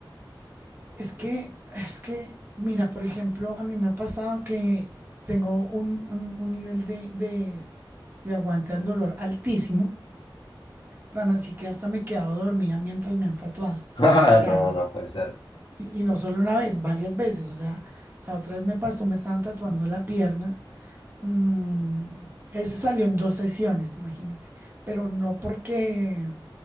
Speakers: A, on the right; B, on the left.
A: Es que, es que, mira, por ejemplo, a mí me ha pasado que tengo un, un- un nivel de, de, de aguante al dolor altísimo, tan así que hasta me he quedado dormida mientras me han tatuado.
B: <laughs>
A: O sea,
B: No, no puede ser.
A: y, y no solo una vez, varias veces. O sea, la otra vez me pasó, me estaban tatuando la pierna. Mm, ese salió en dos sesiones, imagínate. Pero no porque